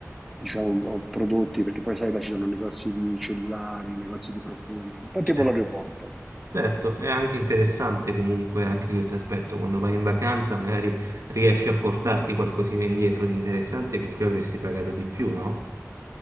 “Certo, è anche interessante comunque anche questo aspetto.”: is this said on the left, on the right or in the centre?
Right